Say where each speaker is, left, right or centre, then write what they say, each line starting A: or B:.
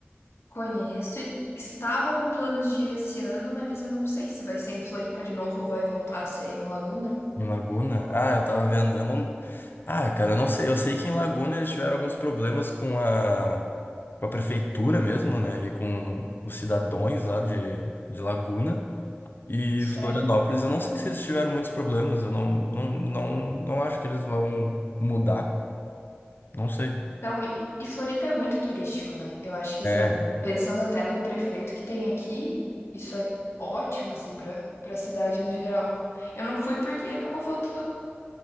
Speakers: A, on the left; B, on the left.
A: Conheço e estava com planos de ir esse ano, mas eu não sei se vai ser em Floripa de novo ou vai voltar a ser em Laguna.
B: Em Laguna? Ah, eu tava vendo. Eu não. Ah, cara, eu não sei. Eu sei que em Laguna eles tiveram alguns problemas com a, com a prefeitura mesmo, né? E com os cidadãos lá de, de Laguna. E
A: Sério?
B: Florianópolis, eu não sei se eles tiveram muitos problemas. Eu não, não, não, não acho que eles vão mudar. Não sei.
A: Então, e, e Floripa é muito turístico, né? Eu acho que, assim,
B: É.
A: pensando até no prefeito que tem aqui, isso é ótimo, assim, para para a cidade no geral. Eu não fui porque acabou faltando